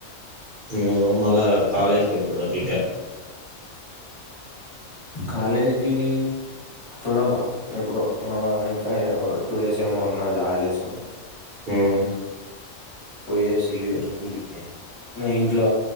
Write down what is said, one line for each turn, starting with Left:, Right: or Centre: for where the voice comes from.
Right: ఏమో మళ్ళా నాక్ కాలేజ్కి గుడా రిటర్న్
Left: కాలేజ్గి చూడాల్ల ఎప్పుడో, ఆ ఇంకా టూ డేస్ ఏమో ఉన్నది హాలిడేసు.
Right: ఉమ్
Left: పోయేసియే ఇంటికి ఇగ ఇంట్ల,